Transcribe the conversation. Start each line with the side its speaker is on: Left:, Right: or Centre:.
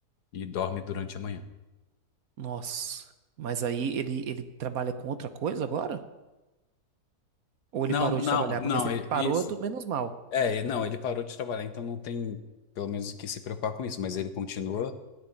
Left: e dorme durante a manhã.
Right: Nossa, mas aí ele, ele trabalha com outra coisa agora? Ou ele
Left: Não,
Right: parou
Left: não,
Right: de trabalhar?
Left: não,
Right: Porque se ele
Left: e-
Right: parou,
Left: isso.
Right: é tudo menos mal.
Left: É, e- não, ele parou de trabalhar, então não tem, pelo menos, o que se preocupar com isso, mas ele continua